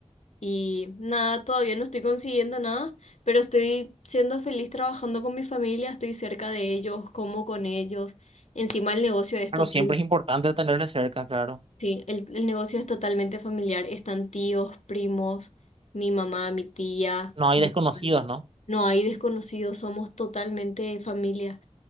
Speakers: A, on the left; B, on the right.
A: Y nada, todavía no estoy consiguiendo nada, pero estoy siendo feliz trabajando con mi familia, estoy cerca de ellos, como con ellos. Encima el negocio es
B: Claro,
A: total,
B: siempre es importante tenerle cerca, claro.
A: sí, el, el negocio es totalmente familiar. Están tíos, primos, mi mamá, mi tía.
B: No hay
A: mi
B: desconocidos,
A: hermano.
B: ¿no?
A: No hay desconocidos, somos totalmente familia.